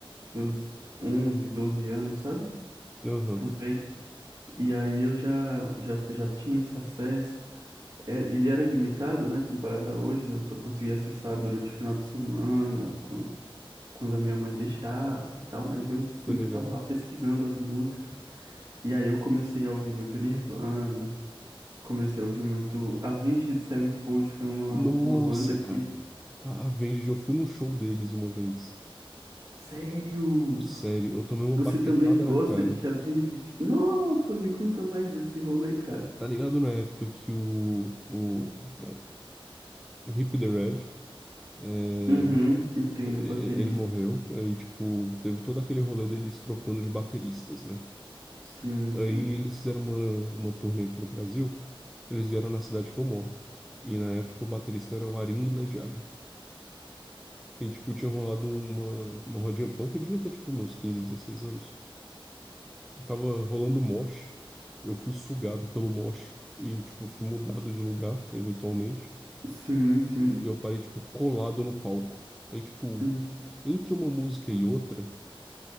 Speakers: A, on the right; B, in the centre.
A: meus 11 12 anos, sabe?
B: aham,
A: Também. E aí eu já já, já tinha esse acesso. É, ele era limitado, né, comparado a hoje, eu só conseguia acessar durante o final de semana, quando, quando a minha mãe deixasse e tal, mas eu sempre
B: tô ligado.
A: estava lá pesquisando as músicas. E aí eu comecei a ouvir muito Nirvana, Comecei a ouvir muito Avenged Sevenfold, foi uma,
B: Nossa,
A: uma banda que...
B: cara, a Avenged, eu fui num show deles uma vez.
A: Sério?
B: Sério, eu tomei uma
A: Você
B: baquetada
A: também gosta
B: na cara.
A: de Avenged? Nossa, me conta mais desse rolê, cara.
B: Tá ligado na época que o, o é, Hip the Rev, é,
A: Uhum, entendo,
B: e- e-
A: baterista.
B: ele morreu, aí, tipo, teve todo aquele rolê deles trocando de bateristas, né?
A: Sim,
B: Aí
A: sim.
B: eles fizeram uma, uma turnê aqui no Brasil, eles vieram na cidade que eu moro, e na época o baterista era o Arin Lejay. E, tipo, tinha rolado uma, uma rodinha punk, eu devia ter, tipo, meus 15, 16 anos. Tava rolando mosh, eu fui sugado pelo mosh, e, tipo, fui mudado de lugar, eventualmente,
A: Sim, sim.
B: e eu parei, tipo, colado no palco. Aí, tipo,
A: Nossa.
B: Entre uma música e outra,